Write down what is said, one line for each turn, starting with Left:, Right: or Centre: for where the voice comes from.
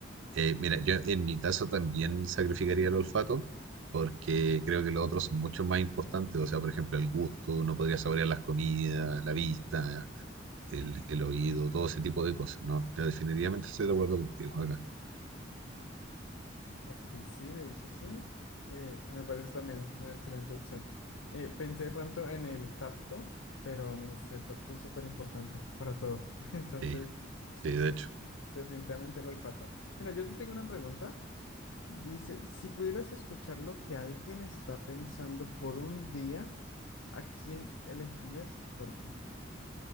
Right: Eh, mira, yo en mi caso también sacrificaría el olfato porque creo que los otros son mucho más importantes. O sea, por ejemplo, el gusto, no podría saborear las comidas, la vista, el, el oído, todo ese tipo de cosas. No, yo definitivamente estoy de acuerdo contigo acá.
Left: Ok, sí, de hecho sí, eh, me parece también una excelente opción. Eh, pensé de pronto en el tacto, pero uf, el tacto es súper importante para todo. <laughs> Entonces,
Right: Sí,
Left: sí,
Right: sí, de hecho.
Left: definitivamente el olfato. Mira, yo te tengo una pregunta. Dice, si pudieras escuchar lo que alguien está pensando por un día, ¿A quién elegirías y por qué?